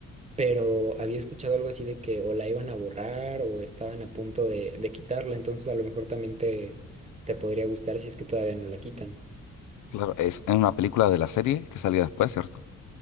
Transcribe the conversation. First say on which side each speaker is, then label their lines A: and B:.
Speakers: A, on the right; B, on the left.
A: pero había escuchado algo así de que o la iban a borrar o estaban a punto de, de quitarla, entonces a lo mejor también te, te podría gustar si es que todavía no la quitan.
B: Claro, es es una película de la serie que salió después, ¿cierto?